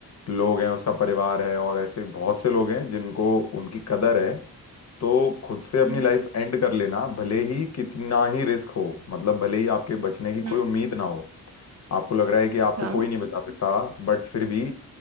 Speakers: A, on the left (about 45°); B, on the right (about 45°).
A: लोग हैं उसका परिवार है और ऐसे बहुत से लोग हैं जिनको उनकी कदर है तो खुद से अपनी
B: हम्म
A: लाइफ एंड कर लेना भले ही कितना ही रिस्क हो मतलब भले ही आपके बचने की
B: हम्म
A: कोई
B: हम्म,
A: उम्मीद ना हो आपको लग रहा है कि आपको
B: हाँ
A: कोई नहीं बचा सकता बट फिर भी